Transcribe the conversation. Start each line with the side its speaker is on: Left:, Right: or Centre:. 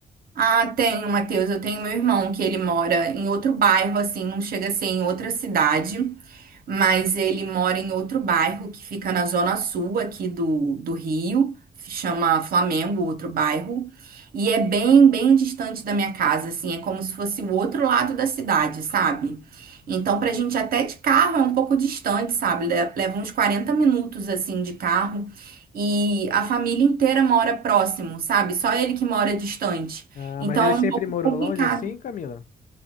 Right: Ah, tenho, Matheus. Eu tenho meu irmão que ele mora em outro bairro, assim, não chega a ser em outra cidade, mas ele mora em outro bairro que fica na zona sul aqui do, do Rio, chama Flamengo, outro bairro, e é bem, bem distante da minha casa, assim, é como se fosse o outro lado da cidade, sabe? Então, pra gente até de carro é um pouco distante, sabe? Le- Leva uns 40 minutos, assim, de carro. E a família inteira mora próximo, sabe? Só ele que mora distante.
Left: Ah,
Right: Então
Left: mas ele
Right: é
Left: sempre
Right: um pouco
Left: morou
Right: complicado.
Left: longe assim, Camila?